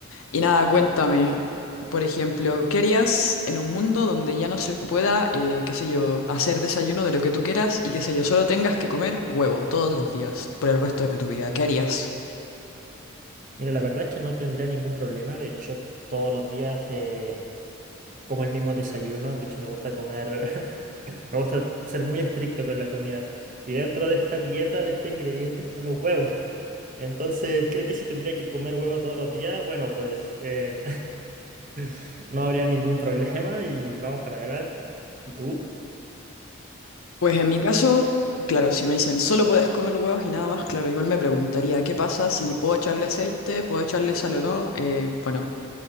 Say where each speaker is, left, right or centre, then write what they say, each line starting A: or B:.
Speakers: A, on the left; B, on the right.
A: Y nada, cuéntame, por ejemplo, ¿qué harías en un mundo donde ya no se pueda, eh, qué sé yo, hacer desayuno de lo que tú quieras y qué sé yo, solo tengas que comer huevo todos los días por el resto de tu vida? ¿Qué harías?
B: Mira, la verdad es que no tendría ningún problema, de hecho todos los días eh, como el mismo desayuno, de hecho me gusta comer, <laughs> me gusta ser muy estricto con la comida. Y dentro de esta dieta, de este ingrediente, están los huevos. Entonces, creo que si tendría que comer huevos todos los días, bueno, pues eh, <laughs> no habría ningún problema y vamos para adelante. ¿Y tú?
A: Pues en mi caso, claro, si me dicen solo puedes comer huevos y nada más, claro, igual me preguntaría qué pasa si puedo echarle aceite, puedo echarle sal o no. Eh, bueno,